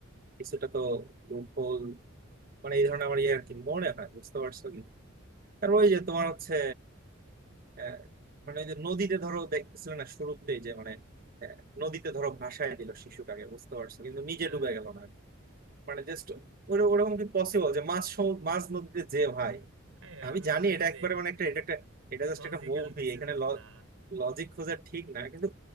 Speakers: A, on the right (about 45°); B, on the right (about 85°).
A: কিছুটা তো লুপ হোল, মানে এই ধরনের আমার ইয়ে আর কি মনে হয় বুঝতে পারছো কি আর ওই যে তোমার হচ্ছে আহ, মানে ওই যে নদীতে ধরো দেখতেছিলে না শুরুতেই যে মানে আহ, নদীতে ধরো ভাসায় দিল শিশুটাকে বুঝতে পারছো কিন্তু নিজে
B: হ্যাঁ
A: ডুবে গেল না মানে জাস্ট ওরকম কি পসিবল যে মাছ সম- মাছ নদীতে যে ভাই
B: আর
A: আমি
B: এখন
A: জানি
B: তুমি
A: এটা
B: যদি
A: একবারে মানে একটা এটা একটা এটা জাস্ট
B: লজিক্যাল
A: একটা মুভি
B: কিছু
A: এখানে
B: না
A: লজিক খোঁজা ঠিক না কিন্তু